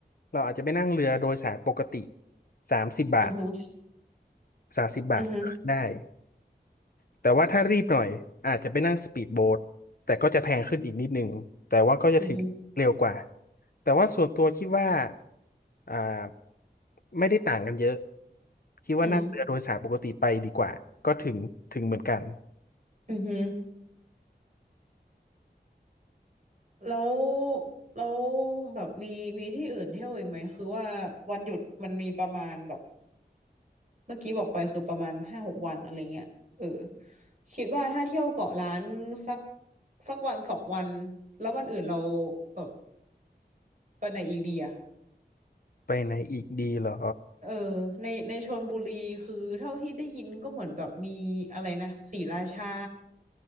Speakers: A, on the left (about 60°); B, on the right (about 45°).
A: เราอาจจะไปนั่งเรือโดยสารปกติสามสิบบาท
B: อ่าฮะ
A: สามสิบบาทก็ขึ้นได้
B: อือฮึ
A: แต่ว่าถ้ารีบหน่อยอาจจะไปนั่งสปีดโบ๊ทแต่ก็จะแพงขึ้นอีกนิดนึงแต่ว่าก็จะถึงเร็วกว่า
B: อือฮึ
A: แต่ว่าส่วนตัวคิดว่าอ่าไม่ได้ต่างกันเยอะคิดว่านั่งเรือโดยสารปกติไปดีกว่าก็ถึงถึงเหมือนกัน
B: อืมอือฮึแล้วแล้วแบบมีมีที่อื่นเที่ยวอีกไหมคือว่าวันหยุดมันมีประมาณแบบเมื่อกี้บอกไปคือประมาณห้าหกวันอะไรเงี้ยเออคิดว่าถ้าเที่ยวเกาะล้านสักสักวันสองวันแล้ววันอื่นเราแบบไปไหนอีกดีอะ
A: ไปไหนอีกดีเหรอ
B: เออในในชลบุรีคือเท่าที่ได้ยินก็เหมือนแบบมีอะไรนะศรีราชา